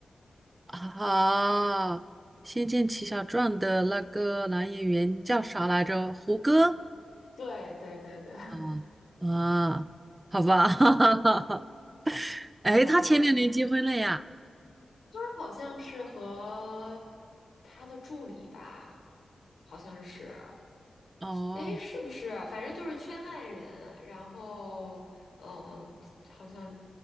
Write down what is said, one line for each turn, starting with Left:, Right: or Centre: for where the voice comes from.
Right: 啊，《仙剑奇侠传》的那个男演员叫啥来着？胡歌。
Left: 对对对对，<laughs>
Right: 哦啊，好吧，<laughs> 哎，
Left: 对吧？
Right: 他前两年结婚了呀？
Left: 他好像是和他的助理吧，好像是。
Right: 哦
Left: 哎，是不是啊反正就是圈外人，然后嗯，好像